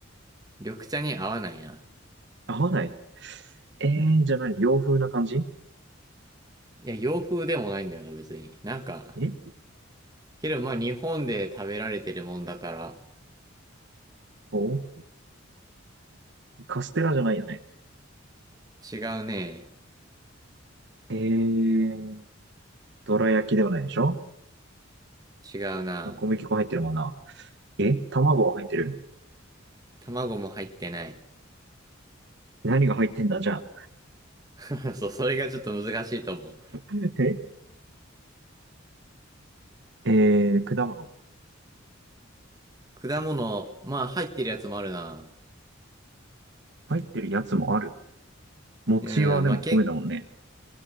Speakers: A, on the right; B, on the right.
A: 緑茶に合わないな。
B: 合わないえー、じゃあ何洋風な感じ
A: いや、洋風でもないんだよな、別に。なんか、
B: え
A: けど、まあ、日本で食べられてるもんだから、
B: おカステラじゃないよね。
A: 違うね。
B: えー、どら焼きではないでしょ
A: 違うな。
B: まあ小麦粉入ってるもんな。え卵は入ってる
A: 卵も入ってない。
B: 何が入ってんだじゃあ。
A: <laughs> そう、それがちょっと難しいと思う。
B: ええー、果物。
A: 果物、まあ、入ってるやつもあるな。
B: 入ってるやつもある。餅はでも米だもんね。
A: うん、まあ、け、